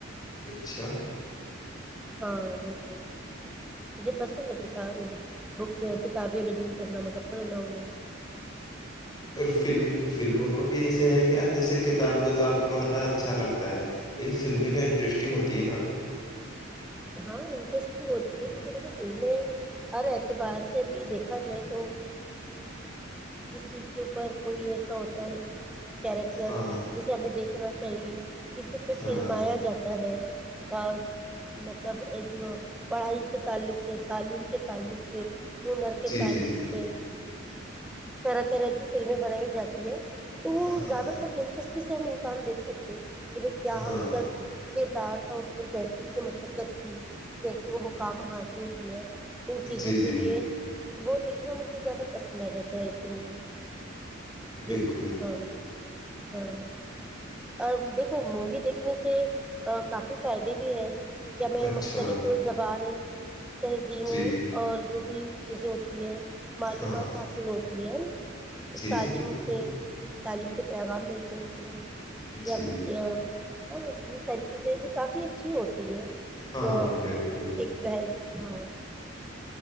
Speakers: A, on the left; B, in the centre.
A: اچھا
B: ہاں بالکل مجھے پسند ہے کتا بک کتابیں ریڈنگ کرنا مطلب پڑھنا انہیں
A: اور ف فلموں کو بھی ایسے ہے کہ یار جیسے کتابیں کو تو آپنا اچھا لگتا ہے لیک فلمیں کیا انٹرسٹنگ ہوتی ہے نا
B: ہاں انٹرسٹ ہو یہ کسی دیکھیے فلمیں ہر ای اعتبار سے بھی دیکھا جائے تو کسی کے اوپر کوئی ایسا ہوتا ہے کیریکٹر
A: ہاں
B: جیسے ہم دیکھ رہا چاہیے کسی پہ
A: ہاں
B: فلمایا جاتا ہے ہ مطلب جو پڑھائی کے تعلق سے تعلیم کے تعلق سے ہنر کے
A: جی
B: تعلق
A: جی جی جی،
B: سے طرح طرح کی فلمیں بنائی جاتی ہے تو وہ
A: ہاں
B: زیادہ تر دلچسپی سے ہم مفان دیکھ سکتے ب کیا
A: ہاں
B: اس کا کہ دار تھا اس کیسے اس نے مش شرکت کی جیسے وہ مقام حاصل کیا ان چیزوں
A: جی
B: کے
A: جی
B: لیے وہ دیکھنا مجھے زیادہ پسند آ جاتا ہے ایسی موویز
A: بالکل
B: جس ہاں ہاں اور دیکھو مووی دیکھنے سے کافی فائدے بھی ہیں میں
A: اچھا
B: مختلف زبانیں تہذیینیں
A: جی
B: اور جو بھی اچھے سے ہوتی ہے معلومات
A: ہاں
B: حاصل ہوتی ہے نا
A: جی
B: تعلیم
A: جی بالکل
B: سے تعلیم کے پیغام ملتے اس لیے کیم
A: جی
B: کیا یہ ساری چیزیں بھی کافی اچھی ہوتی ہے
A: ہاں
B: تو
A: ہاں بہترین
B: ایک بہ ہاں